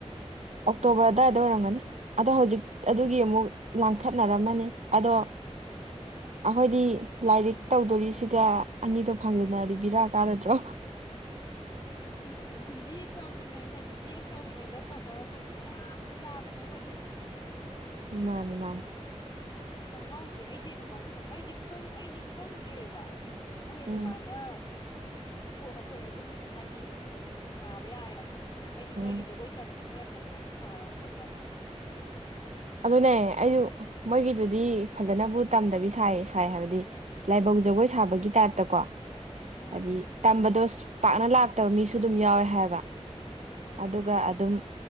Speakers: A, on the right; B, on the left.
A: ꯑꯣꯛꯇꯣꯕꯔ ꯑꯗꯨꯗꯥꯋꯥꯏꯗ ꯑꯣꯏꯔꯝꯒꯅꯤ ꯑꯗꯣ ꯍꯧꯖꯤꯛ ꯑꯗꯨꯒꯤ ꯑꯃꯨꯛ ꯂꯥꯡꯈꯠꯅꯔꯝꯃꯅꯤ ꯑꯗꯣ <inaudible> ꯑꯩꯈꯣꯏꯗꯤ ꯂꯥꯏꯔꯤꯛ ꯇꯧꯗꯣꯔꯤꯁꯤꯒ ꯑꯅꯤꯗꯣ ꯐꯪꯗꯅ ꯂꯤꯕꯤꯔꯛꯑ ꯀꯥꯔꯗ꯭ꯔꯣ
B: ꯍꯤꯟ ꯍꯤꯟꯗꯤ ꯇꯧꯃꯤꯉꯩ ꯍꯥꯏꯗꯤ ꯕꯦꯠ ꯇꯧꯔꯤꯉꯩꯗ ꯇꯧꯍꯧꯔꯝꯃꯗꯤ ꯆꯞ ꯆꯥꯕꯅꯦ ꯑꯩꯈꯣꯏꯁꯦ
A: ꯃꯥꯅꯦ ꯃꯥꯅꯤ
B: ꯈꯪꯍꯧꯗ꯭ꯔꯦ ꯑꯩꯗꯤ ꯑꯩꯗꯤ ꯑꯩꯗꯤ ꯈꯪꯗꯦꯕ ꯃꯣꯏ ꯑꯗꯨꯃꯥꯏꯅ
A: ꯎꯝ
B: ꯊꯣꯛꯑꯈꯣꯏ ꯑꯗꯨꯝ ꯍꯥꯏꯗꯤ ꯁꯥꯕ ꯌꯥꯏ ꯑꯗꯣ ꯍꯥꯏꯗꯤ
A: ꯎꯝ
B: ꯃꯣꯏꯒꯤ ꯖꯒꯣꯏ ꯇꯝꯕꯤ ꯈꯔ ꯈꯛꯇꯪ ꯁꯥꯔꯝꯒꯗ꯭ꯔꯥ ꯈꯟꯕ
A: ꯑꯗꯨꯅꯦ ꯑꯩꯁꯨ ꯃꯣꯏꯒꯤꯗꯨꯗꯤ ꯐꯖꯅꯕꯨ ꯇꯝꯗꯕꯤ ꯁꯥꯏ ꯁꯥꯏ ꯍꯥꯏꯕꯗꯤ ꯂꯥꯏꯕꯛ ꯂ ꯖꯒꯣꯏ ꯁꯥꯕꯒꯤ ꯇꯥꯏꯞꯇꯀꯣ
B: ꯎꯝ
A: ꯍꯥꯏꯗꯤ ꯇꯝꯕꯗꯣ ꯄꯥꯛꯅ ꯂꯥꯛꯇꯕ ꯃꯤꯁꯨ ꯑꯗꯨꯝ ꯌꯥꯎꯋꯦ ꯍꯥꯏꯕ
B: ꯎꯝ
A: ꯑꯗꯨꯒ ꯑꯗꯨꯝ